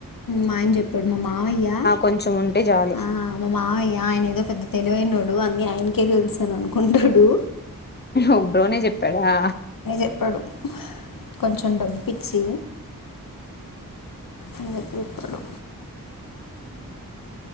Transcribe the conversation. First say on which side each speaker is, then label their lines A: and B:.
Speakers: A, on the left; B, on the left.
A: మాయన చెప్పాడు మా మావయ్యా
B: కొంచెం ఉంటే చాలు
A: ఆ మా మావయ్యా ఆయన ఏదో పెద్ద తెలివనాడు అన్ని ఆయనకే తెలుసాను అనుకుంటాడు
B: ఒ బ్రోనే చెప్పాడా
A: ఏపడు కొంచెం డబ్బించి అ చెప్పుడు